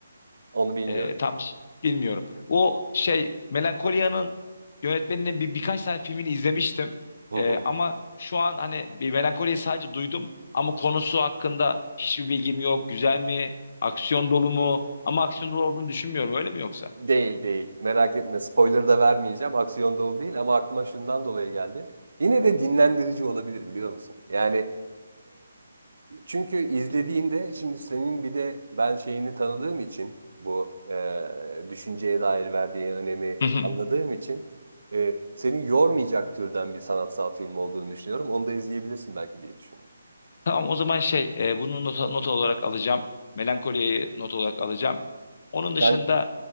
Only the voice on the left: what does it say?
E, tam ş- bilmiyorum. O şey Melankolia'nın yönetmeninin bir birkaç tane filmini izlemiştim.
E,
ama şu an hani bir Melankolia'yı sadece duydum ama konusu hakkında hiçbir bilgim yok. Güzel mi? Aksiyon dolu mu? Ama aksiyon dolu olduğunu düşünmüyorum. Öyle mi yoksa?
Hı hı.
Tamam o zaman şey e, bunu not, not olarak alacağım. Melankoliyi not olarak alacağım. Onun dışında